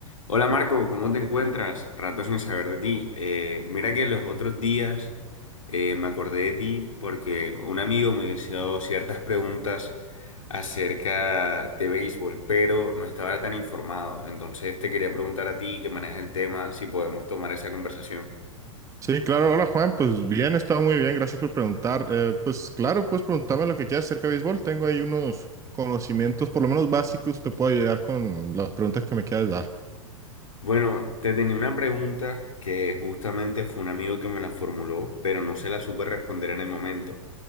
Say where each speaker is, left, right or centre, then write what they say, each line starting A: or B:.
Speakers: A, on the left; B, on the right.
A: Hola Marco, ¿cómo te encuentras? Rato sin saber de ti. Eh, mira que los otros días eh, me acordé de ti porque un amigo me hizo ciertas preguntas acerca de béisbol, pero no estaba tan informado. Entonces te quería preguntar a ti que manejas el tema si podemos tomar esa conversación.
B: Sí, claro. Hola Juan, pues bien, está muy bien, gracias por preguntar. Eh, pues claro, puedes preguntarme lo que quieras acerca de béisbol. Tengo ahí unos conocimientos, por lo menos básicos, te puedo ayudar con las preguntas que me quieras dar.
A: Bueno, te tenía una pregunta que justamente fue un amigo que me la formuló, pero no se la supe responder en el momento.